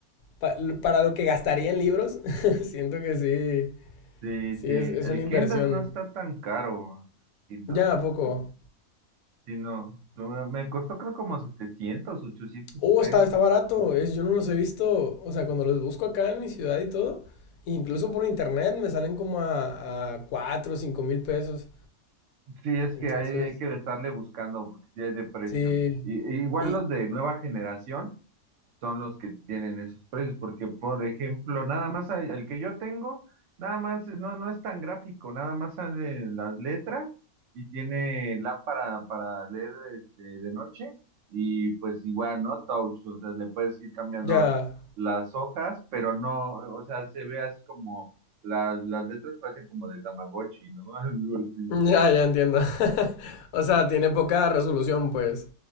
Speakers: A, on the left (about 75°); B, on the right (about 65°).
A: pa- para lo que gastaría en libros, <laughs> siento que sí,
B: Sí,
A: Sí,
B: sí.
A: es, es
B: El
A: una inversión.
B: Kindle no está tan caro. Kindle,
A: Ya,
B: no
A: ¿a
B: está
A: poco?
B: tan- sí, no. Lo- Me costó creo como 700 800
A: Oh,
B: pesos.
A: está, está barato. Es, yo no los he visto, o sea, cuando los busco acá en mi ciudad y todo, incluso por internet me salen como a, a cuatro o cinco mil pesos.
B: Sí, es
A: Entonces,
B: que hay, hay que estarle buscando porque sí hay de precios.
A: sí.
B: Y, e igual
A: Y
B: los de nueva generación. son los que tienen esos precios, porque por ejemplo, nada más hay- el que yo tengo, nada más no, no es tan gráfico, nada más salen las letras y tiene lámpara para leer este, de noche y pues igual, ¿no? Touch, o sea, le puedes ir cambiando
A: ya,
B: las hojas, pero no, o sea, se ve así como las, las letras parecen como de Tamagotchi, ¿no? <laughs> Algo así.
A: <laughs> ya, ya entiendo. <laughs> O sea, tiene poca resolución, pues.